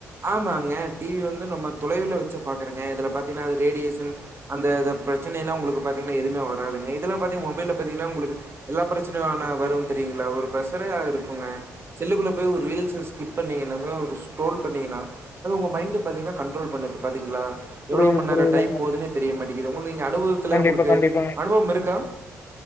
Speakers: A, on the right (about 35°); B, on the left (about 35°).
A: ஆமாங்க டி வி வந்து நம்ம தொலைவுல வச்ச பாக்குறங்க இதுல பாத்தீங்கன்னா அது ரேடியேஷன் அந்த இத பிரச்சனையெல்லா உங்களுக்கு பாத்தீங்கன்னா எதுவுமே வராதுங்க இதெல்லா பாத்தீங்க மொபைல்ல பாத்தீங்கன்னா உங்களுக்கு எல்லா பிரச்சனையு ஆனா வரு தெரியுங்களா ஒரு பிரசனையா இருக்குங்க செல்லுக்குள்ள போய் ஒரு ரீல்ஸா ஸ்கிப் பண்ணீங்கனது ஒரு ஸ்குரோல் பண்ணீங்கன்னா அது உங்க மைண்ட பாத்தீங்கன்னா கண்ட்ரோல் பண்ணுது பாத்தீங்களா எவ்வளவு
B: புரியுது
A: மணி
B: புரியுதுங்க
A: நேர டைம் போகுதுன்னே தெரிய மாட்டேக்கிது உங்களுக்கு இங்க அனுபவத்துல
B: கண்டிப்பா
A: உங்களுக்கு
B: கண்டிப்பாங்க
A: அனுபவம் இருக்கா